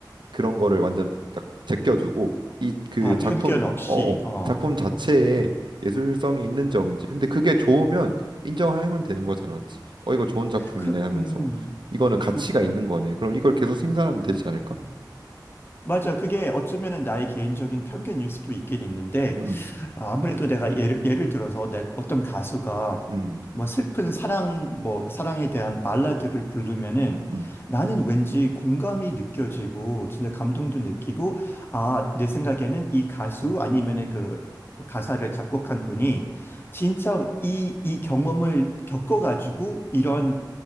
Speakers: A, on the right (about 85°); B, on the left (about 30°).
A: 그런 거를 완전 딱 제껴두고 이 그
B: 아,
A: 작품
B: 편견 없이,
A: 어, 어
B: 어.
A: 작품 자체에 예술성이 있는지 없는지 근데 그게 좋으면 인정하면 되는 거잖아 맞지? 어 이거 좋은 작품이네
B: 그,
A: 하면서
B: 음,
A: 이거는 가치가
B: 그,
A: 있는
B: 음.
A: 거네 그럼 이걸 계속 생산하면 되지 않을까?
B: 맞아. 그게 어쩌면은 나의 개인적인 편견일 수도 있긴 있는데,
A: 음
B: 아무래도 내가 예를, 예를 들어서 내 어떤 가수가
A: 음,
B: 뭐 슬픈 사랑, 뭐 사랑에 대한 발라드를 부르면은
A: 음,
B: 나는 왠지 공감이 느껴지고 진짜 감동도 느끼고 아, 내 생각에는 이 가수 아니면은 그 뭐 가사를 작곡한 분이 진짜 이, 이 경험을 겪어가지고 이런